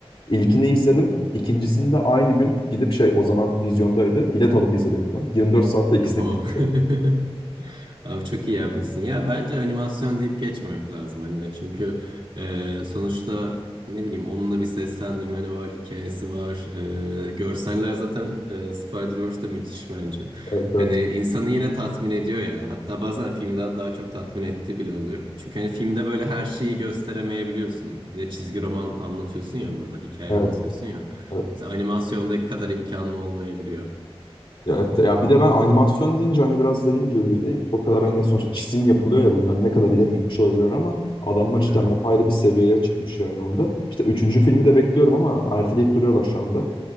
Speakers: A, on the left; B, on the right.
A: İlkini izledim. İkincisini de aynı gün gidip şey o zaman vizyondaydı. Bilet alıp izledim falan. 24 saatte ikisini
B: Oha.
A: bitirmiş
B: <laughs>
A: oldum.
B: Abi çok iyi yapmışsın. Ya bence animasyon deyip geçmemek lazım hani. Çünkü e, sonuçta ne bileyim onun da bir seslendirmeni var, hikayesi var. E, görseller zaten e, Spider-Verse'de müthiş bence.
A: Evet evet.
B: Hani insanı yine tatmin ediyor ya. Hatta bazen filmden daha çok tatmin ettiği bile oluyor. Çünkü hani filmde böyle her şeyi gösteremeyebiliyorsun. Bir de çizgi roman anlatıyorsun ya burada, hikaye
A: Evet.
B: anlatıyorsun ya.
A: evet.
B: Mesela animasyondaki kadar imkanlı olmayabiliyor.
A: Ya, evet, ya bir de ben animasyon deyince hani biraz dediğim gibi değil mi? O kadar hani sonuçta çizim yapılıyor ya bunlar ne kadar ileri gitmiş olabilir ama adamlar cidden
B: Hı hı.
A: apayrı bir seviyeye çıkmış yani onda. İşte üçüncü filmi de bekliyorum ama erteleyip duruyorlar şu anda.